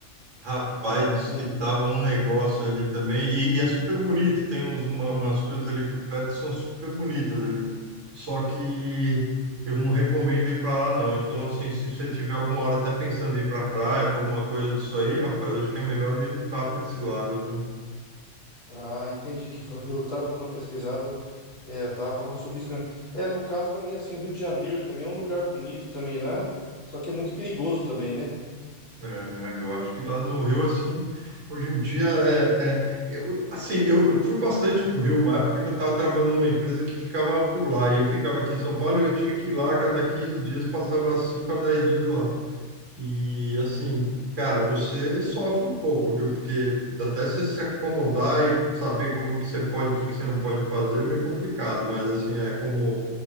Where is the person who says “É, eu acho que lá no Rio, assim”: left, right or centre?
Right